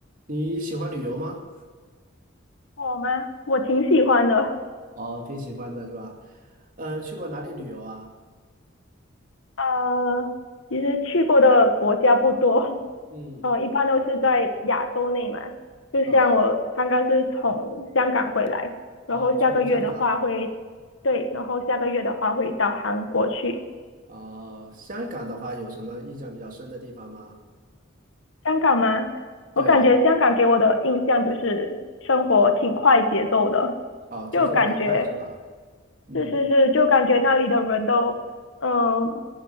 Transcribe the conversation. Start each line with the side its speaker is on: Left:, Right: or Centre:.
Right: 你喜欢旅游吗？
Left: 我吗？我挺喜欢的。
Right: 哦，挺喜欢的是吧？嗯，去过哪里旅游啊？
Left: 呃，其实去过的国家不多，
Right: 嗯，
Left: 呃，一般都是在亚洲内嘛。就像我刚刚是从香港回来，
Right: 啊，
Left: 然后下个月的话会，
Right: 哦，去过香港。
Left: 对，然后下个月的话会到韩国去。
Right: 啊。香港的话有什么印象比较深的地方吗？
Left: 香港吗？
Right: 对，
Left: 我感觉香港给我的印象就是生活挺快节奏的，
Right: 哦，节奏比较快是吧？
Left: 就感觉
Right: 嗯，
Left: 是是是，就感觉那里的人都，嗯、